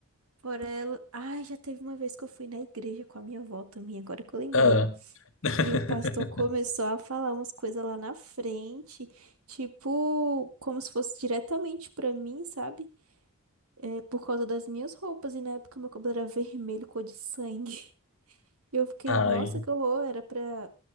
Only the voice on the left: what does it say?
Ah. <laughs>
Ai.